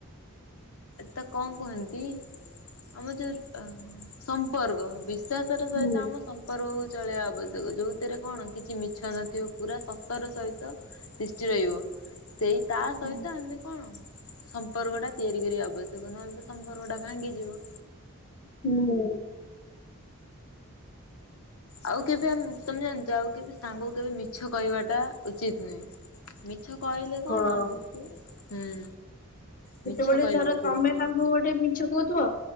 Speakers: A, on the left; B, on the left.
A: ତ କଣ କୁହନ୍ତି? ଆମ ଯୋଉ ଅ ସମ୍ପର୍କ ବିଶ୍ୱାସ ର ସହିତ
B: ହୁଁ
A: ଆମ ସମ୍ପର୍କକୁ ଚଳେଇବା ଆବଶ୍ୟକ ଯୋଉଥିରେ କଣ କିଛି ମିଛ ନଥିବ ପୁରା ସତର ସହିତ ତିଷ୍ଠି ରହିବ ସେଇ ତା
B: ହୁଁ
A: ସହିତ ଆମେ କଣ। ସମ୍ପର୍କ ଟା ତିଆରି କରିବା ଆବଶ୍ୟକ ନହେଲେ ତ ସମ୍ପର୍କ ଟା ଭାଙ୍ଗିଯିବ।
B: ହୁଁ।
A: ଆଉ କେବେ ଆମ ତମେ ଜାଣିଚ ଆଉ କେବେ ସାଙ୍ଗକୁ କେବେ ମିଛ କହିବାଟା ଉଚିତ୍ ନୁହେଁ। ମିଛ କହିଲେ କଣ
B: ହଁ
A: ଆମକୁ ହୁଁ
B: ଯେତେବେଳେ
A: ମିଛ କହିବା
B: ଧର
A: ଉଚିତ
B: ତମେ
A: ନୁହେଁ।
B: ତାଙ୍କୁ ଗୋଟେ ମିଛ କହୁଥିବ